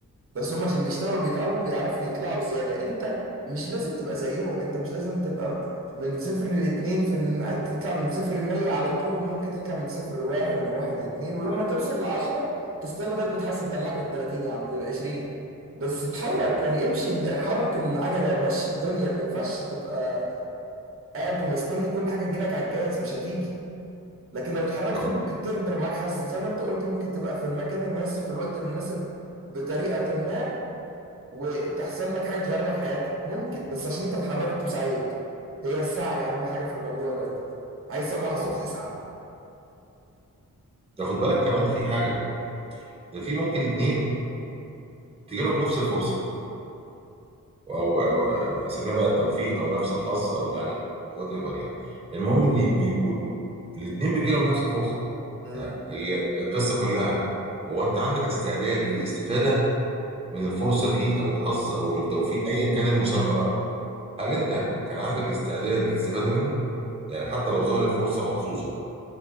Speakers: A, on the right (about 40°); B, on the right (about 20°).
A: بس هم عشان بيشتغلوا بيتعبوا بيعرفوا يطلعوا زياده انت مش لازم تبقى زيهم انت مش لازم تبقى من صفر لاتنين في الم... تطلع من صفر لمية على طول ممكن تطلع من صفر لواحد ومن واحد لاتنين ولما توصل لعشرة تستنى ضربة حظ تطلعك التلاتين يا عم العشرين بس اتحرك
B: مم.
A: يعني امشي حرك العجلة مشي الدنيا ما ينفعش تبقى قاعد
B: ايوه
A: ومستني كل حاجه تجيلك على الجهاز مش هتيجي لكن لو اتحركت
B: تاخد
A: ممكن تقدر معاك حظ زي ما انت قلت ممكن تبقى في المكان المناسب في الوقت المناسب بطريقه ما وتحصل لك حاجه تغير لك حياتك ممكن بس عشان انت اتحركت وسعيت هي السعي اهم حاجه في الموضوع ده عايز تبقى محظوظ
B: طبعا
A: اسعى
B: تاخد بالك كمان في حاجه ده في ممكن اتنين تجي لهم نفس الفرصه او او يسميها بقى التوفيق او نفس الحظ او يعني وات ايفر يعني المهم ان بيبقوا الاتنين بيجي لهم نفس الفرصه
A: امم
B: فهي القصه كلها هو انت عندك استعداد للاستفاده من الفرصه دي او الحظ او التوفيق ايا كان المسمى بقى هل انت كان عندك الاستعداد للاستفاده منه يعني حتى لو ظهرت فرصه محظوظه